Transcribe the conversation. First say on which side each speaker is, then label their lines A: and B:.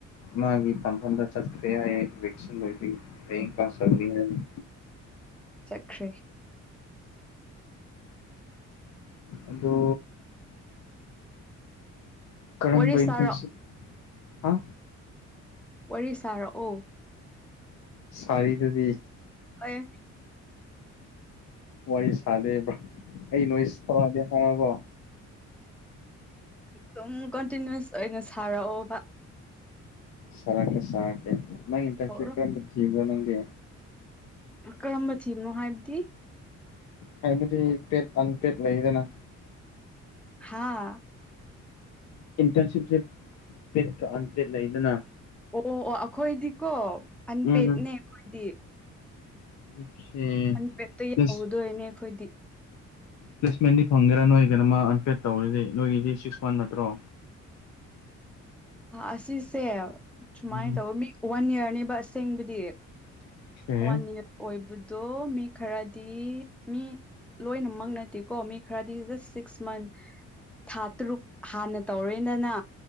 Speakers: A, on the left; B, in the centre.
A: ꯃꯥꯒꯤ ꯄꯝꯐꯝꯗ ꯆꯠꯈ꯭ꯔꯦ ꯍꯥꯏꯑꯦ ꯏꯚꯦꯛꯁꯤꯟ ꯑꯣꯏꯕꯩ꯫ ꯍꯌꯦꯡ ꯀ꯭ꯂꯥꯁ ꯇꯧꯅꯤ ꯍꯥꯏꯔꯝꯃꯦ꯫
B: ꯈ꯭ꯔ‌ꯦ
A: ꯑꯗꯨ ꯀꯔꯝꯕ
B: ꯋꯥꯔꯤ
A: ꯏꯟꯇ꯭ꯔꯟꯁꯤꯞ
B: ꯁꯥꯔꯛ
A: ꯍꯥ
B: ꯋꯥꯔꯤ ꯁꯥꯔꯛꯑꯣ
A: ꯁꯔꯤꯗꯨꯗꯤ
B: ꯑꯩ
A: ꯋꯥꯔꯤ ꯁꯥꯗꯦꯕ‌ꯣ ꯑꯩ ꯅꯣꯏꯁ ꯊꯔꯗꯤ ꯍꯥꯏꯔꯕꯣ
B: ꯑꯗꯨꯝ ꯀꯟꯇꯤꯅꯨꯋꯁ ꯑꯣꯏꯅ ꯁꯥꯔꯛꯑꯣ
A: ꯁꯥꯔꯛꯀꯦ ꯁꯥꯔꯛꯀꯦ ꯅꯪ ꯏꯟꯇ꯭ꯔꯟꯁꯤꯞ
B: ꯍꯧꯔꯣ
A: ꯀꯔꯝꯕ ꯊꯤꯕ꯭ꯔꯣ ꯅꯪꯗꯤ
B: ꯀꯔꯝꯕ ꯊꯤꯕꯅꯣ ꯍꯥꯏꯕꯗꯤ
A: ꯍꯥꯏꯕꯗꯤ ꯄꯦꯠ ꯑꯟꯄꯦꯠ ꯂꯩꯗꯅ
B: ꯍꯥꯥ
A: ꯏꯟꯇ꯭ꯔꯟꯁꯤꯞꯁꯦ ꯄ‌ꯦꯠ ꯀ ꯑꯟꯄꯦꯗ ꯂꯩꯅ
B: ꯑꯣ ꯑꯣ ꯑꯩꯈꯣꯏꯗꯤꯀꯣ ꯑꯟꯄꯦꯠꯅꯦ
A: ꯎꯝ
B: ꯑꯩꯈꯣꯏꯗꯤ
A: ꯑꯣꯀꯦ
B: ꯑꯟꯐꯦꯠꯇ ꯌꯥꯍꯧꯗꯣꯏꯅꯦ
A: ꯄ꯭ꯂꯦꯁ
B: ꯑꯩꯈꯣꯏꯗꯤ
A: ꯄ꯭ꯂꯦꯁꯃꯦꯟꯗꯤ ꯐꯪꯒꯦꯔꯥ ꯅꯣꯏ ꯀꯩꯅꯃ ꯑꯟꯄꯦꯗ ꯇꯧꯔꯗꯤ ꯅꯣꯏꯒꯤꯗꯤ ꯁꯤꯛꯁ ꯋꯥꯟ ꯅꯠꯇ꯭ꯔꯣ
B: ꯑꯁꯤꯁꯦ ꯁꯨꯃꯥꯏꯅ
A: ꯎꯝ
B: ꯇꯧ ꯃꯤ ꯋꯥꯟ ꯌꯥ꯭ꯔꯅꯤꯕ ꯑꯁꯦꯡꯕꯨꯗꯤ
A: ꯑꯣꯀꯦ
B: ꯋꯥꯟ ꯏꯌꯥ꯭ꯔ ꯑꯣꯏꯕꯗꯣ ꯃꯤ ꯈꯔꯗꯤ ꯃꯤ ꯂꯣꯏꯅꯃꯛ ꯅꯠꯇꯦꯀꯣ ꯃꯤ ꯈ꯭ꯔꯗꯤ ꯖꯁ ꯁꯤꯛꯁ ꯃꯟ ꯊꯥ ꯇꯔꯨꯛ ꯍꯥꯟꯅ ꯇꯧꯔꯦꯗꯅ